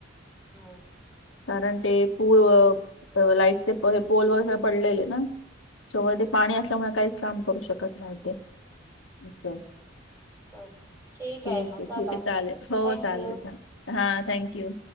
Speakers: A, on the right; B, on the left.
A: हो
B: कारण ते पूल अ लाईटचे पोल वगैरे पडलेले ना. सगळं ते पाणी असल्यामुळे काहीच काम करू शकत नव्हते. <unintelligible>
A: चल
B: ठीक
A: मग
B: आहे,
A: चला
B: ठीक आहे चालेल हो
A: थँक
B: चालेल
A: यू.
B: हा थँक यू.